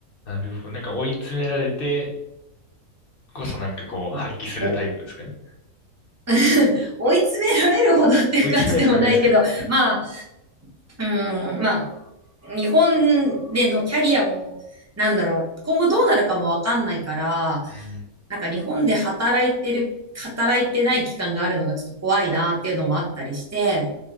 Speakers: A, on the left; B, on the right.
A: なるほど。なんか追い詰められてこそなんかこう発揮するタイプですかね。
B: まあ、お、<laughs> 追い詰められるほどっていう感じでもないけど、
A: 追い詰められてはないですかね。
B: まあ、うん、まあ、日本でのキャリアも、なんだろう、今後どうなるかもわかんないから、
A: うん。
B: なんか日本で働いてる、働いてない期間があるのがちょっと怖いなっていうのもあったりして、